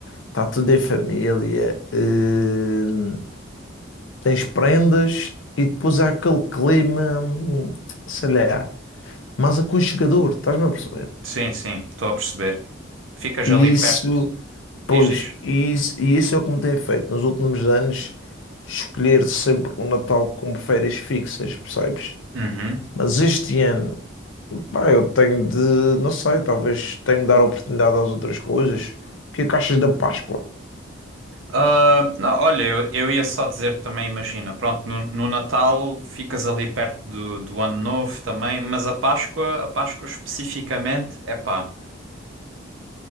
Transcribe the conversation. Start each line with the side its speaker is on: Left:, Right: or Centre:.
Left: está tudo em família. Eh, tens prendas e depois há aquele clima, hum, sei lá, mais aconchegador, estás-me a perceber?
Right: sim, sim, estou a perceber. Ficas
Left: E
Right: ali perto,
Left: isso, pois,
Right: diz, diz.
Left: e isso, e isso é o que me tem feito nos últimos anos escolher sempre o Natal como férias fixas, percebes?
Right: Uhum.
Left: Mas este ano, pá, eu tenho de, não sei, talvez tenho de dar oportunidade às outras coisas. O que é que achas da Páscoa?
Right: Ah, não, olha, eu, eu ia só dizer também, imagina, pronto, no, no Natal ficas ali perto do, do Ano Novo também, mas a Páscoa, a Páscoa especificamente, é pá.